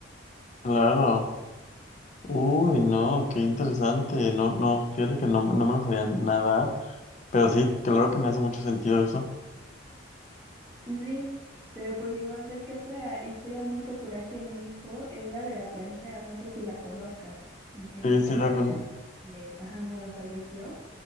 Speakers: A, on the left; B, on the right.
A: Claro. Uy, no, qué interesante. No, no, fíjate que no, no me lo sabía nada. Pero sí, claro que me hace mucho sentido eso.
B: Sí, pero pues igual ves que otra historia muy popular aquí en México es la de la plancha, no sé si la conozcas, de
A: Sí,
B: esta
A: sí,
B: enfermera
A: era con...
B: que, ajá, bueno, falleció